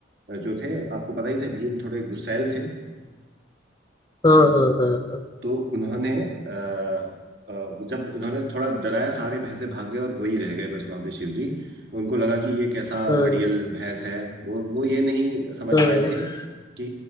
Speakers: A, on the right; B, on the left.
A: अ, जो थे आपको पता ही थे भीम थोड़े गुस्सैल थे
B: हाँ हाँ हाँ
A: तो उन्होंने अ, अ, जब उन्होंने थोड़ा डराया सारे भैंसे भाग गए और वही रह गए बस वहां पे शिव जी तो उनको लगा कि ये कैसा
B: हाँ
A: अड़ियल भैंस है वो वो ये नहीं समझ
B: हाँ
A: पाए
B: हाँ
A: थे कि